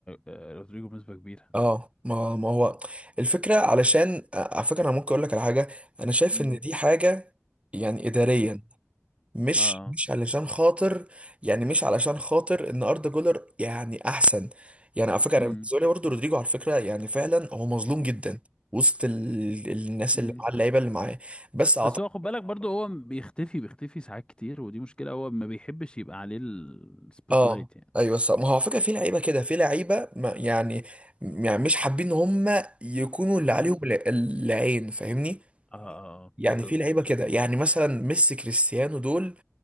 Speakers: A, on the left; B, on the right.
A: آه، رودريجو بنسبة كبيرة
B: اه ما ما هو الفكره علشان آه، على فكره انا ممكن اقول لك على حاجه انا شايف
A: مم.
B: ان دي حاجه يعني اداريا
A: مم.
B: مش
A: اه
B: مش علشان خاطر يعني مش علشان خاطر ان اردا جولر يعني احسن يعني على فكره
A: مم.
B: انا بالنسبه لي برضه رودريجو على فكره يعني فعلا هو مظلوم جدا وسط ال... الناس
A: مم.
B: اللي مع اللعيبه اللي معاه بس
A: بس هو خد بالك برضو هو بيختفي بيختفي ساعات كتير ودي مشكلة هو ما بيحبش يبقى عليه السبوت
B: اه
A: لايت يعني
B: ايوه صح ما هو على فكره في لعيبه كده في لعيبه ما- يعني يعني مش حابين ان هم يكونوا اللي
A: مم.
B: عليهم الع- العين فاهمني
A: اه اه آه،
B: يعني
A: بالظبط
B: في لعيبه كده يعني مثلا ميسي كريستيانو دول